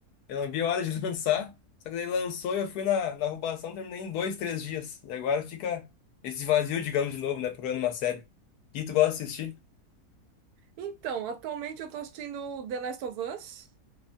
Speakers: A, on the left; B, on the right.
A: Eu não vi a hora de <laughs> lançar, só que daí lançou e eu fui na, na roubação, terminei em dois, três dias. E agora fica esse vazio, digamos, de novo, né? Procurando uma série. E tu gosta de assistir?
B: Então, atualmente eu tô assistindo The Last of Us.